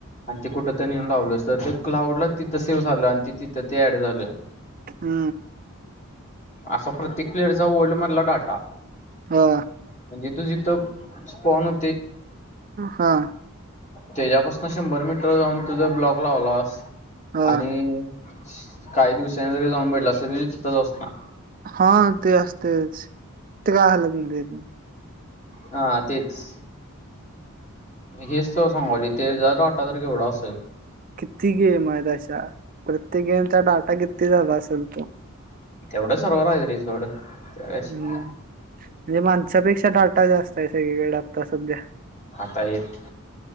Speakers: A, on the left; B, on the right.
A: आणि ते कुठं तर नेऊन लावलंस तर ते क्लाउडला तिथं सेव्ह झालं आणि तिथं ते ऍड झालं.
B: हा.
A: असा प्रत्येक प्लेअरचा वर्ल्डमधला डाटा
B: हा
A: जिथे जिथे स्पोन
B: हा.
A: त्याच्यापासून शंभर मीटर जाऊन तुझ ब्लॉक लावलास
B: हा
A: आणि काही दिवसाांनी जरी जाऊन बघितलास तरी तिथंच असनार.
B: हा ते असतेच ते काय हालत <unintelligible>
A: हा तेच. हेच तुला सांगायलोय त्याचा डाटा तर केवढा असलं?
B: किती गेम आहेत अशा प्रत्येक गेमचा डाटा किती झाला असेल तो.
A: तेवढं सर्वर आहेत रे सोड. काय विषय
B: मअ,
A: नाही.
B: म्हणजे माणसापेक्षा डाटा जास्त आहे सगळीकडे आता सध्या.
A: आता येत